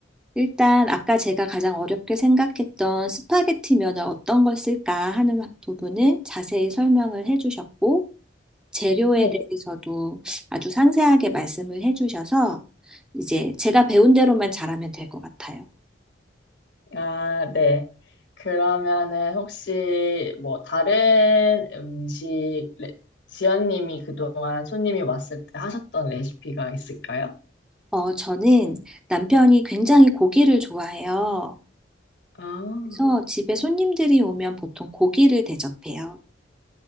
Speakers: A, in the centre; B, on the left.
A: 일단 아까 제가 가장 어렵게 생각했던 스파게티 면을 어떤 걸 쓸까 하는 부분을 자세히 설명을 해주셨고 재료에
B: 네.
A: 대해서도 아주 상세하게 말씀을 해주셔서 이제 제가 배운 대로만 잘하면 될 것 같아요.
B: 아, 네. 그러면은 혹시 뭐 다른 음식 레- 지연님이 그동안 손님이 왔을 때 하셨던 레시피가 있을까요?
A: 어, 저는 남편이 굉장히 고기를 좋아해요.
B: 아,
A: 그래서 집에 손님들이 오면 보통 고기를 대접해요.